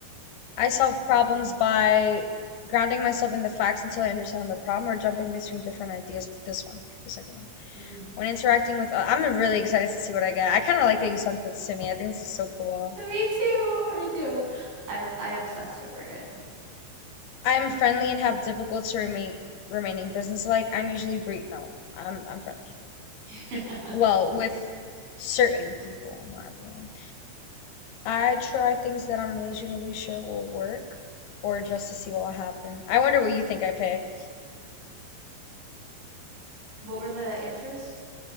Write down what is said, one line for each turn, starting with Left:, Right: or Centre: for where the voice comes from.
Left: I solve problems by grounding myself in the facts until I understand the problem or jumping between different ideas. This one, the second one.
Right: mhm.
Left: When interacting with, uh, I'm really excited to see what I get. I kind of
Right: Me
Left: like
Right: too.
Left: that you sent this to me. I think this is so cool.
Right: <laughs> Me too. Me too. I was- I obsessed over it.
Left: I am friendly and have difficulty remain remaining businesslike. I'm usually bre no, I'm I'm friendly.
Right: <laughs>
Left: Well, with certain people, not everyone. I try things that I'm reasonably sure will work or just to see what will happen. I wonder what you think I picked.
Right: What were the answers?